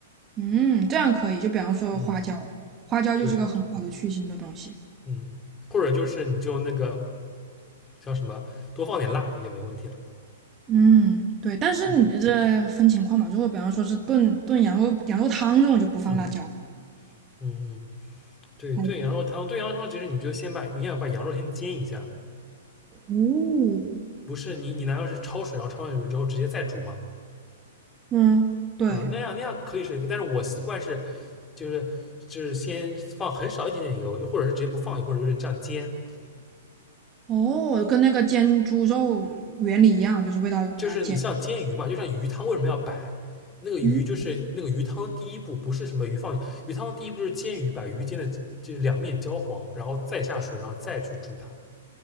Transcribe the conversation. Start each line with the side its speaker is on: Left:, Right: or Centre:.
Right: 嗯，这样可以。就比方说花椒，
Left: 嗯，
Right: 花椒就是个很好的去腥的东西。
Left: 对，嗯，或者就是你就那个叫什么，多放点辣也没问题了。
Right: 嗯，对，但是你这分情况嘛，
Left: 嗯
Right: 如果比方说是炖炖羊肉羊肉汤这种就不放辣椒，
Left: 嗯嗯嗯。对炖羊肉汤，
Right: 还
Left: 炖羊肉汤其实你就先把你要把羊肉先煎一下，
Right: 哦，
Left: 不是你你难道是焯水，然后焯完水之后直接再煮吗？
Right: 嗯，对，
Left: 嗯、呃那样那样可以是一个，但是我习惯是就是就是先放很少一点点油，就或者是直接不放油，或者就是这样煎，
Right: 哦，跟那个煎猪肉原理一样，就是味道给它煎，
Left: 就是你像煎鱼嘛，就像鱼汤为什么要白？那个鱼就是那个鱼汤的第一步，
Right: 嗯，
Left: 不是什么鱼放鱼汤的第一步就是煎鱼，把鱼煎的就是两面焦黄，然后再下水，然后再去煮它，